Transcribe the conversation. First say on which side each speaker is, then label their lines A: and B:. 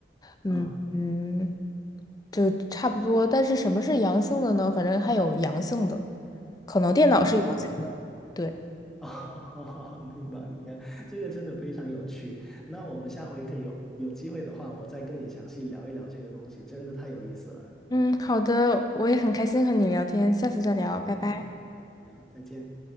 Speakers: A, on the left; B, in the centre.
A: 嗯嗯，
B: 啊！
A: 就差不多。但是什么是阳性的呢？反正还有阳性的，可能电脑是阳性的。
B: 哦
A: 对，
B: 哦，<laughs> 明白明白，这个真的非常有趣。那我们下回可以有有机会的话，我再跟你详细聊一聊这个东西，真的太有意思了。
A: 嗯，好的，我也很开心和你聊天，下次再聊，拜拜。
B: 嗯，聊，再见。